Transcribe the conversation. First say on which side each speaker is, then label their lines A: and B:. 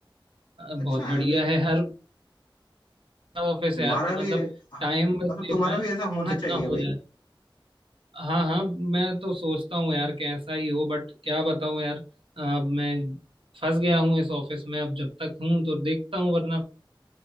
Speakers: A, on the right (about 85°); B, on the left (about 65°).
A: अ,
B: अच्छा
A: बहुत
B: है
A: बढ़िया
B: फिर
A: है हर ऑफिस
B: तुम्हारा
A: है यार कि मतलब
B: भी हाँ,
A: टाइम बस
B: मतलब
A: देख
B: तुम्हारा
A: रहे हैं
B: भी ऐसा होना
A: जितना
B: चाहिए
A: हो
B: भाई
A: जाए हाँ हाँ मैं तो सोचता हूँ यार कैसा ही हो बट क्या बताऊँ यार अब मैं फंस गया हूँ इस ऑफिस में अब जब तक हूँ तो देखता हूँ वरना